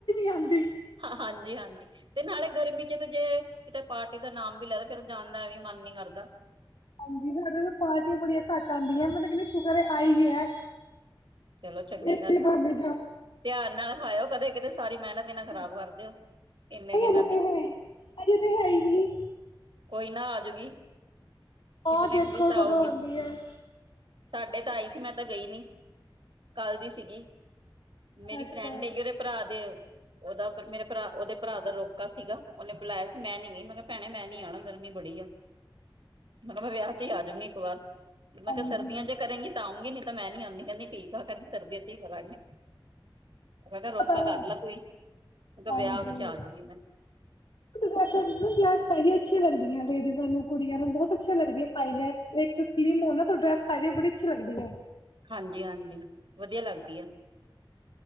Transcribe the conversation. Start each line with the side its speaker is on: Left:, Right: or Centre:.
Left: ਆਉਂਦੀ
Right: ਹਾਂਜੀ ਹਾਂਜੀ। ਤੇ ਨਾਲੇ ਗਰਮੀ ਚ ਤੇ ਜੇ ਕਿਤੇ ਪਾਰਟੀ ਦਾ ਨਾਮ ਵੀ ਲੈਦਾ ਫਿਰ ਜਾਣ ਦਾ ਐਵੇਂ ਮਨ ਨੀ ਕਰਦਾ।
Left: <inaudible> ਹਾਂਜੀ ਸਾਡੇ ਪਾਰਟੀਆਂ ਬੜੀਆਂ ਘੱਟ ਆਉਂਦੀਆਂ ਮਤਲਬ ਕਿਹ ਸ਼ੁਕਰ ਆਈ ਹੈ।
Right: ਚਲੋ ਚੰਗੀ
Left: ਇਸੇ
Right: ਗੱਲ ਆ
Left: ਬੰਨੇ
Right: ਧਿਆਨ ਨਾਲ ਖਾਇਓ ਕਦੇ। ਕਿਤੇ ਸਾਰੀ
Left: <inaudible>
Right: ਮਿਹਨਤ ਹੀ ਨਾ ਖ਼ਰਾਬ ਕਰਦੇ ਹੋ ਇੰਨੇ
Left: ਹਜੇ
Right: ਦਿਨਾਂ
Left: ਤੇ
Right: ਦੀ
Left: ਹੈ ਅਜੇ ਤਾਂ ਹੈ ਹੀ ਨਹੀਂ।
Right: ਕੋਈ ਨਾ ਆਜੂਗੀ। ਕਿਸੇ
Left: ਆਹ
Right: ਨਾ
Left: ਦੇਖੋ
Right: ਕਿਸੇ ਤਾਂ
Left: ਕਦੋਂ
Right: ਆਊਗੀ
Left: ਆਂਦੀ ਐ।
Right: ਸਾਡੇ ਤਾਂ ਆਈ ਸੀ ਮੈਂ ਗਈ ਨੀ। ਕੱਲ ਦੀ ਸੀਗੀ ਮੇਰੀ
Left: ਅੱਛਾ
Right: ਫਰੈਂਡ ਹੈਗੀ ਉਹਦੇ ਭਰਾ ਦੇ। ਉਹਦਾ ਮੇਰੇ ਭਰਾ ਉਹਦੇ ਭਰਾ ਦਾ ਰੋਕਾ ਸੀਗਾ ਉਹਨੇ ਬੁਲਾਇਆ ਸੀ ਮੈਂ ਨੀ ਗਈ ਮੈਂ ਕਿਹਾ ਭੈਣੇ ਮੈਂ ਨੀ ਆਣਾ ਗਰਮੀ ਬੜੀ ਆ ਮੈਂ ਕਿਹਾ ਮੈਂ ਵਿਆਹ ਚ ਹੀ ਆਜੂਗੀ ਇੱਕ ਵਾਰ। ਮੈਂ
Left: ਹਾਂਜੀ
Right: ਕਿਹਾ ਸਰਦੀਆਂ ਚੇ ਕਰੇਗੀ ਤਾਂ ਆਊਂਗੀ ਨਹੀਂ। ਮੈਂ ਨਹੀਂ ਆਂਦੀ ਕਹਿੰਦੀ। ਠੀਕ ਆ ਕਦੀ ਸਰਦੀਆਂ ਚ ਹੀ ਕਰਾਂਗੇ। ਮੈਂ ਕਿਹਾ ਰੋਕਾ
Left: ਪਤਾ
Right: ਕਰ
Left: ਏ,
Right: ਲੈ ਤੂੰ ਹੀ ਮੈਂ ਕਿਹਾ
Left: ਹਾਂਜੀ
Right: ਵਿਆਹ ਵਿੱਚ ਆ ਜਾਊਂਗੀ ਮੈਂ
Left: ਵੈਸੇ ਵੀ ਵਿਆਹ ਵਿੱਚ ਪੇ ਅੱਛੀਆਂ ਲੱਗਦੀਆਂ ਲੇਡੀਜਾ਼ਂ ਨੂੰ। ਕੁੜੀਆਂ ਨੂੰ ਬਹੁਤ ਅੱਛੀਆਂ ਲੱਗਦੀ ਐ ਪਾਈ ਇੱਕ ਸਲੀਮ ਹੋ ਨਾ ਤ ਡਰੈਸ ਪਾਈ ਦੀ ਏ ਬੜੀ ਅੱਛੀ ਲੱਗਦੀ ਐ।
Right: ਹਾਂਜੀ-ਹਾਂਜੀ। ਵਧੀਆ ਲੱਗਦੀ ਆ।